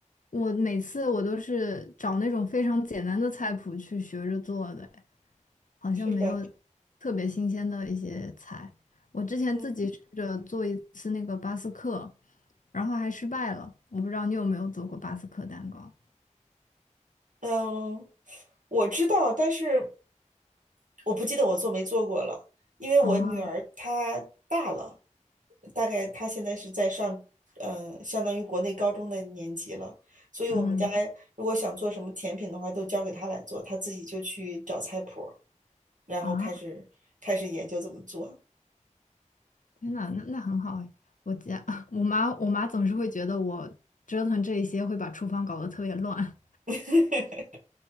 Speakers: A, on the left; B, on the right.
A: 我每次我都是找那种非常简单的菜谱去学着做的，好像没有
B: 是吧？
A: 特别新鲜的一些菜。我之前自己试着做一次那个巴斯克，
B: 嗯。
A: 然后还失败了。我不知道你有没有做过巴斯克蛋糕
B: 嗯，我知道，但是我不记得我做没做过了，因为我女儿她大了，
A: 啊？
B: 大概她现在是在上，嗯、相当于国内高中的年级了，所以我们家
A: 嗯
B: 如果想做什么甜品的话，都交给她来做，她自己就去找菜谱儿然后开始开始研究怎么做。
A: 啊，天呐，那那很好哎。我家 <laughs> 我妈我妈总是会觉得我折腾这一些会把厨房搞得特别乱。
B: <laughs>